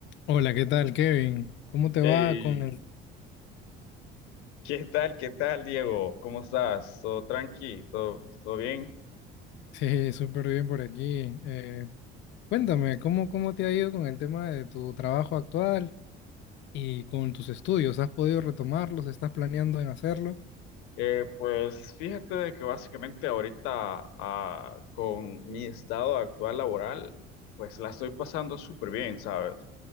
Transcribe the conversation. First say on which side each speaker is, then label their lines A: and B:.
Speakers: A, on the left; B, on the left.
A: Hola, ¿qué tal, Kevin? ¿Cómo te
B: Hey,
A: va con el...
B: ¿qué tal? ¿Qué tal, Diego? ¿Cómo estás? ¿Todo tranqui? ¿Todo, todo bien?
A: <laughs> Sí, súper bien por aquí. Eh, cuéntame, ¿cómo, cómo te ha ido con el tema de tu trabajo actual y con tus estudios? ¿Has podido retomarlos? ¿Estás planeando en hacerlo?
B: Eh, pues fíjate de que básicamente ahorita ah, con mi estado actual laboral, pues la estoy pasando súper bien, ¿sabes?